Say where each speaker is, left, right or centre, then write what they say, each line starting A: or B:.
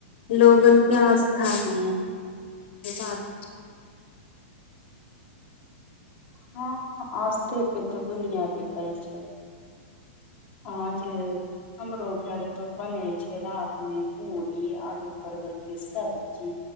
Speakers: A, on the left; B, on the left.
A: लोगन क आस्थाक
B: हूँ
A: बात <inaudible>
B: हँ आस्थे पे तो दुनिया टिकल छै। आ जे हमरो घर तो बनेै छै रात मे पूरी आलू परवल के सब्जी।